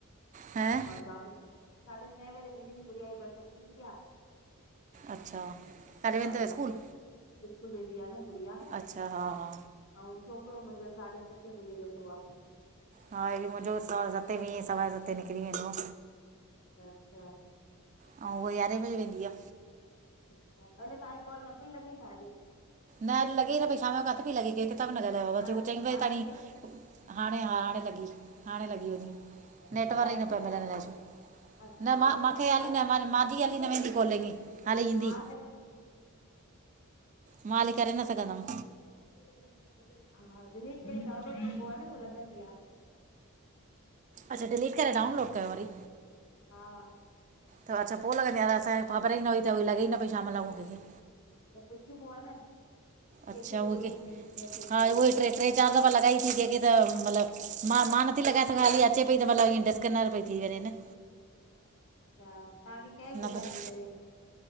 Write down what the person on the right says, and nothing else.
हा
अच्छा करे वेंदव
स्कूल।
अच्छा हा हा
हा हे बि मुंजो सवा सते वीह सवा सते निकरी वेंदो आ।
अऊ़ उअ यारहें बजे वेंदी आ।
न लॻे न पई शाम जो काथे पी लॻे। के किथां बि न ॻाल्हायो
आ चईं बजे
ताणी
हाणे हा हाणे लॻी हाणे लॻी
वञी।
नेटवर्क
ई न पिया
मिलन अलाए छो,
न
मां मांखे
हाली
न म मांजी
हाली
न
वेंदी कोलिंग खाली ईंदी।
मां हाली करे न सघंदम।
अच्छा डिलीट करे डाउनलोड कयूं वरी।
त अच्छा पो लॻंदी आ अलाए असांखे ख़बर ई न हुई त लॻे ई न पई शाम लाखूं केंखे।
अच्छा
उखे
हा
उओ ई ट्रे ट्रे। चार दफ़ा लॻाई थी केंखे त मतलब मां मां नथी लॻाए सघां खाली अचे पई त मतलब इअं डिसकनर पी थी वञे न।
न
बस